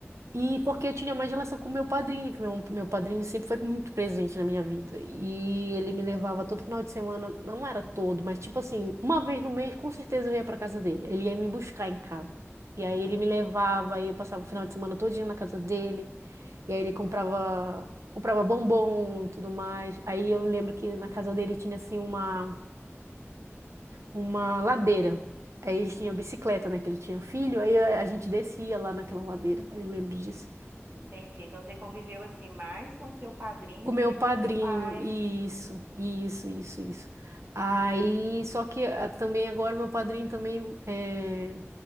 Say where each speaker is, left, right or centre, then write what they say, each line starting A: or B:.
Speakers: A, on the right (about 80°); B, on the right (about 50°).
A: E porque eu tinha mais relação com o meu padrinho, que meu, meu padrinho sempre foi muito presente na minha vida. E ele me levava todo final de semana, não era todo, mas tipo assim, uma vez no mês, com certeza eu ia para casa dele. Ele ia me buscar em casa. E aí ele me levava, aí eu passava o final de semana todinho na casa dele. E aí ele comprava, comprava bombom e tudo mais. Aí eu lembro que na casa dele tinha assim uma, uma ladeira. Aí eles tinham bicicleta, né? Que ele tinha filho. Aí a a gente descia lá naquela ladeira. eu lembro disso.
B: Entendi. Então você conviveu assim mais com seu padrinho
A: Com
B: do
A: meu
B: que com
A: padrinho.
B: seu pai.
A: Isso, isso, isso, isso. Aí, só que ah, também agora meu padrinho também é,